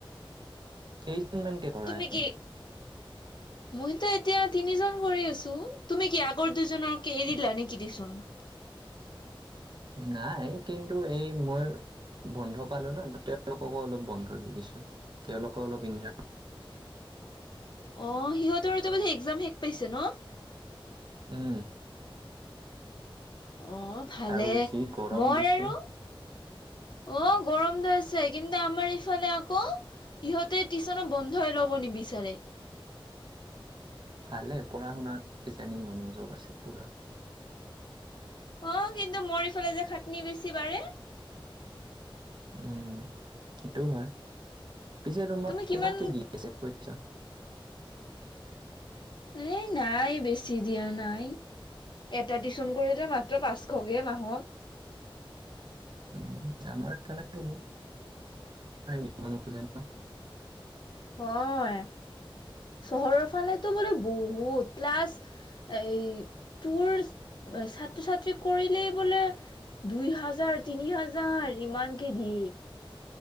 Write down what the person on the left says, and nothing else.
তুমি
কি
মইতো এতিয়া তিনিজন কৰি আছোঁ, তুমি কি আগৰ দুজনক এৰি দিলা নেকি টিউচন?
অ' সিহঁতৰো এতিয়া বোলে একজাম শেষ পাইছে ন'?
অ ভালে
মই
আৰু
অ' গৰমটো হৈছে কিন্তু আমাৰ এইফালে আকৌ ইহঁতে টিউচনো বন্ধই ল'ব নিবিচাৰে।
অ' কিন্তু মোৰ ইফালে যে খাটনি বেছি বাৰে।
তুমি কিমান
এ নাই বেছি দিয়া নাই এটা টিউচন কৰিলে মাত্ৰ পাচ শকে মাহত।
হয়, চহৰৰ ফালেতো বোলে বহুত ক্লাছ এই টোৰ ছাত্ৰ-ছাত্ৰীক কৰিলেই বোলে। দুই হাজাৰ, তিনি হাজাৰ ইমানকে দিয়ে।